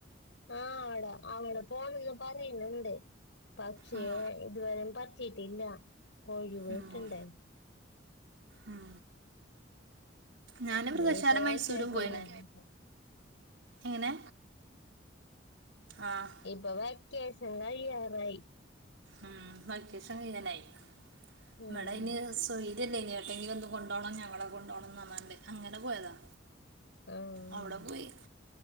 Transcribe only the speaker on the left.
ആഹ് അട അവടെ പോണന്ന് പറയണണ്ട് പക്ഷേ
ഇതുവരേം പറ്റീട്ടില്ല ഒഴിവ്
കിട്ടണ്ടെ
<unintelligible>
ഇപ്പൊ വെക്കേഷൻ കഴിയാറായി
ഉം
ആഹ്